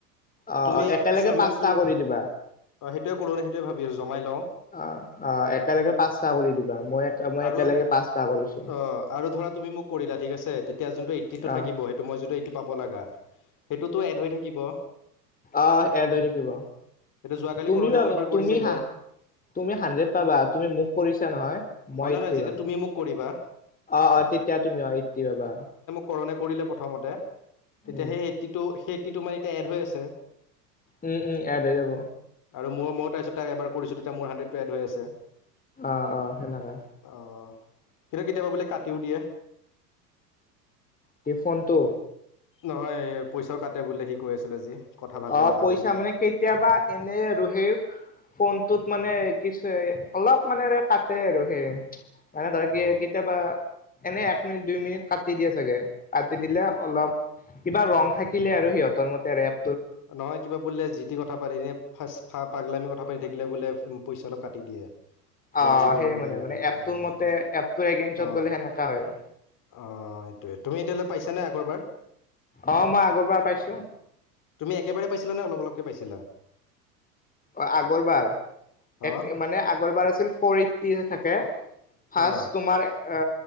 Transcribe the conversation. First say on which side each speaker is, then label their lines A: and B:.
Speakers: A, on the left; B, on the left.
A: অ
B: তুমি
A: অ একেলগে
B: চামি
A: পাঁচটা
B: কি
A: কৰি দিবা
B: অ সেইটোয়ে কৰো ন সেইটোয়ে ভাবি আছো জমাই লওঁ।
A: অ অ একেলগে পাঁচটা কৰি দিবা মই। মই
B: আৰু
A: একেলগে পাঁচটা কৰিছো
B: অ আৰু ধৰা তুমি মোক কৰিলা ঠিক আছে তেতিয়া যোনটো এইটি টো
A: অ
B: থাকিবই। মই যোটো এইটো পাব লগা সেইটোতো এড হৈ থাকিব।
A: আহ এদ হৈ থাকিব
B: যোৱাকালি
A: তুমি
B: কৰোণে
A: বা
B: মোক এবাৰ
A: তুমি
B: কৰিছিলে
A: হাঁহ।
B: অ
A: তুমি হাড্ৰেড পাবা তুমি মোক কৰিছা নহয়। মই
B: নহয়
A: এইটটি
B: নহয় যেতিয়া
A: পিম
B: তুমি মোক কৰিবা
A: অ অ তেতিয়া তুমি অ এইটটি পাবা।
B: কৰনে কৰিলে প্ৰথমতে তেতিয়া
A: উম
B: সেই এইটটি টো সেই এইটটি টো এতিয়া মানে এড হৈ আছে
A: উম উম এড হৈ যাব।
B: আৰু মই ময় তাৰছত তাই এবাৰ কৰিছো তেতিয়া মোৰ হাণ্ড্ৰেডটো এড হৈ আছে
A: অ অ সেনকা
B: অহ কিন্তু কেতিয়াবা বোলে কাটিও দিয়ে
A: টিফোনটো
B: নহয় এ পইচাও কাটে বোলে সি কৈ আছিল আজি কথা ভালকৈ
A: অ
B: নাপাতিলে
A: পইচা মানে কেতিয়াবা এনে আৰু সেই ফোনটোত মানে কিচ এ অলপ মানেৰে কাটে আৰু সেইয়ে মানে ধৰ কে
B: অঁ
A: কেতিয়াবা এনে এক মিনিট দুই মিনিট কাটি দিয়ে চাগে কাটি দিলে অলপ কিবা ৰং থাকিলে আৰু সিহঁতৰ মতে ৰেপ
B: নহয় কিবা বোলে যিটি কথা পাতি এনে ফাৰ্ষ ফা পাগলামি কথা পাতি থাকিলে বোলে উ পইচা অলপ কাটি দিয়ে
A: অ'
B: লজিকৰ
A: সেই
B: হ'ব
A: মানে
B: লাগে
A: মানে
B: বোলে কথাখিনি
A: এপটোৰ মতে
B: অজ
A: এপটোৰ এগেইনষ্টত
B: অ
A: গ'লে সেনেকা হয় আৰু।
B: অঁ সেইটোৱে তুমি এতিয়ালৈ পাইছানে আগৰবাৰ
A: অ মই আগৰবাৰ পাইছো
B: তুমি একেবাৰে পাইছিলা নে অলপ অলপকে পাইছিলা
A: অ আগৰবাৰ এক
B: অঁ
A: মানে আগৰবাৰ আছিল ফ'ৰ এইটটি থাকে ফাৰ্ছ
B: অঁ
A: তোমাৰ এ